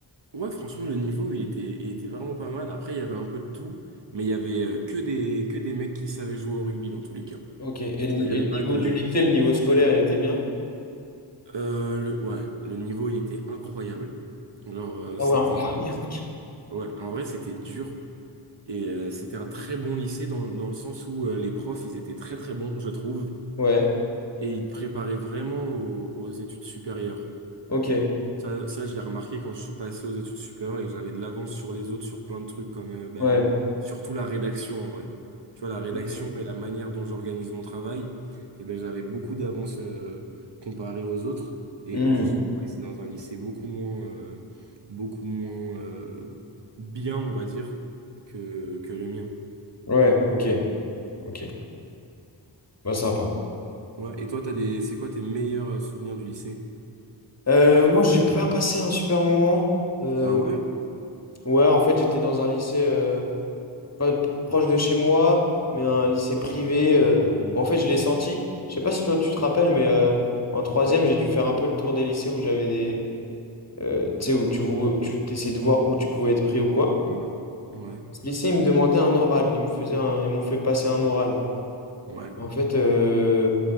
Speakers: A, on the right; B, on the left.
A: Ouais, franchement, le niveau, il était, il était vraiment pas mal. Après, il y avait un peu de tout, mais il y avait euh, que des, que des mecs qui savaient jouer au rugby dans tous les cas.
B: Ok. Et, le
A: Il n'y
B: et
A: avait
B: le
A: pas
B: niveau
A: de...
B: du lycée, le niveau scolaire, il était bien?
A: euh, le, ouais, le niveau, il était incroyable. Alors, euh,
B: Ah
A: c'était...
B: ouais, incroyable.
A: Ouais, en vrai, c'était dur. Et euh, c'était un très bon lycée dans, dans le sens où euh, les profs, ils étaient très très bons, je trouve.
B: <laughs> Ouais.
A: Et ils te préparaient vraiment aux aux études supérieures.
B: Ok.
A: Ça, ça, je l'ai remarqué quand je suis passé aux études supérieures et que j'avais de l'avance sur les autres sur plein de trucs comme euh, ben,
B: Ouais.
A: surtout la rédaction en vrai. Tu vois, la rédaction
B: Ok.
A: et la manière dont j'organise mon travail, et ben, j'avais beaucoup d'avance euh, comparé aux autres. Et
B: Hmm.
A: eux, justement, ils étaient dans un lycée beaucoup moins, euh, beaucoup moins euh, bien, on va dire, que, que le mien.
B: Ouais. Ok. Ok. Bah sympa.
A: Ouais. Et toi, t'as des... c'est quoi tes meilleurs euh, souvenirs du lycée?
B: Euh, moi, j'ai pas passé un super moment. Euh,
A: Ah ouais?
B: ouais, en fait, j'étais dans un lycée euh, pas proche de chez moi, mais un lycée privé. euh, où, en fait, je l'ai senti. Je sais pas si toi tu te rappelles, mais euh, en troisième, j'ai dû faire un peu le tour des lycées où j'avais des, euh, tu sais, où tu vou- tu t'essayais de voir où tu pouvais être pris ou quoi.
A: Ouais. Ouais.
B: Ce lycée, ils me demandaient un oral. Ils me faisaient un- ils m'ont fait passer un oral.
A: Ouais.
B: En fait, euh,